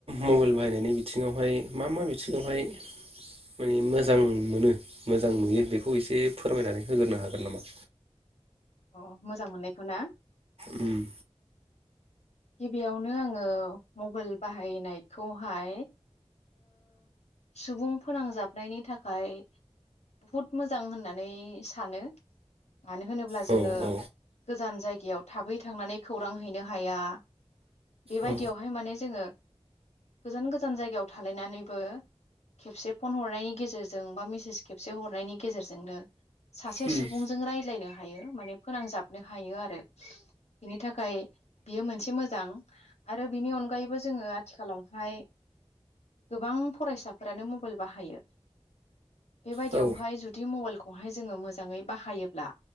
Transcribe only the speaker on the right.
मबाइल बाहायनायनि बिथिङावहाय मा मा बिथिङावहाय माने मोजां मोनो मोजां नुयो बेखौ एसे फोरमायनानै होग्रोनो हागोन नामा
उम
औ
औ
औ
उम
औ